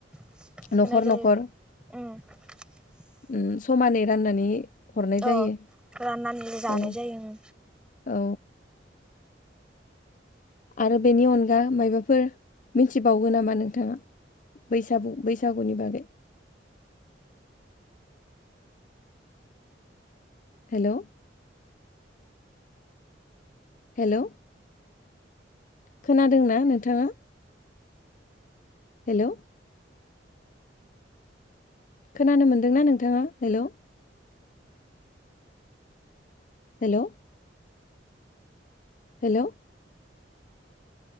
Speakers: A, in the centre; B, on the left (about 45°).
A: होनाय
B: न'खर न'खर
A: जायो ।
B: उम समानै राननानै हरनाय
A: अ
B: जायो
A: राननानै जानाय
B: औ
A: जायो उम
B: - औ आरो बेनि अनगा मायबाफोर मिथिबावगो नामा नोंथांङा बैसागु बैसागुनि बागै हेलौ हेलौ खोनादोंना नोंथांङा हेलौ खोनानो मोनदोंना नोंथांङा hello hello hello